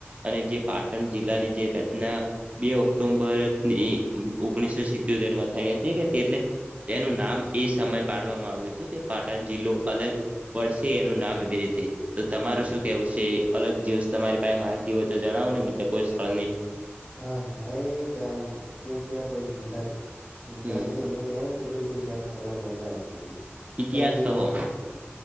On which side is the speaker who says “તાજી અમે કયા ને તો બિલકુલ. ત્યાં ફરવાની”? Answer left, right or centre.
Left